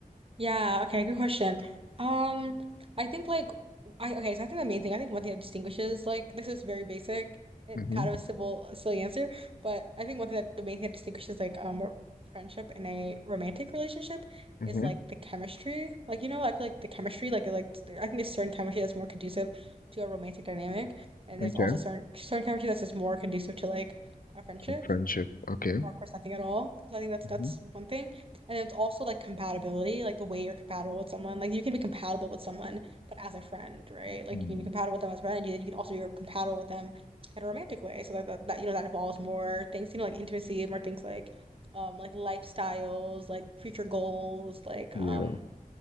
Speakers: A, on the right; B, on the left.
A: Yeah. Okay. Good question. Um, I think like I okay. So I think the main thing I think one thing that distinguishes like this is very basic. It
B: Mm-hmm.
A: kind of a simple silly answer, but I think one thing that the main thing that distinguishes like um a friendship and a romantic relationship
B: Mm-hmm.
A: is like the chemistry. Like you know, I feel like the chemistry like like I think there's certain chemistry that's more conducive to a romantic dynamic, and there's
B: Okay.
A: also certain certain chemistry that's just more conducive to like a friendship.
B: So friendship. Okay.
A: or of course nothing at all. So I think that's that's
B: Mm-hmm.
A: one thing. And then it's also like compatibility, like the way you're compatible with someone. Like you can be compatible with someone, but as a friend, right? Like
B: Mm,
A: you can be compatible with them as a friend, and you, you can also be compatible with them in a romantic way. So that, that that you know that involves more things, you know, like intimacy, more things like um like lifestyles, like future goals, like
B: yeah.
A: um